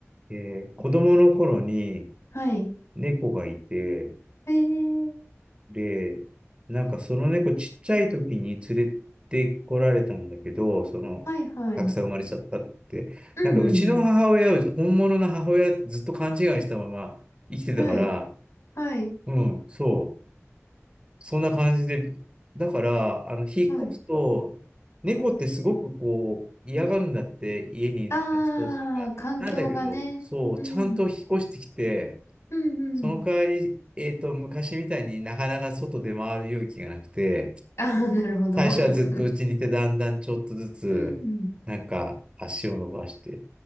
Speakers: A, on the right; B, on the left.
A: えー子供の頃に
B: はい。
A: 猫がいて、
B: えー、
A: で、なんかその猫ちっちゃい時に連れてこられたんだけど、その、
B: はいはい。
A: たくさん生まれちゃったって。
B: うんうんうん。
A: なんかうちの母親を本物の母親ってずっと勘違いしたまま生きてたから、
B: はい。はい。
A: うん、そう。そんな感じで。だから、あの、引っ越すと、
B: はい。
A: 猫ってすごくこう、嫌がるんだって、家に夏ポートだから。
B: ああ、環境がね。
A: なんだけど、そう、
B: うん。
A: ちゃんと引っ越してきて、
B: うんうん。
A: その代わり、えっと、昔みたいになかなか外で回る勇気がなくて、
B: ああ、なるほど。
A: 最初はずっと家にいて、
B: <laughs>
A: だんだんちょっとずつ、
B: うん。
A: なんか足を伸ばして。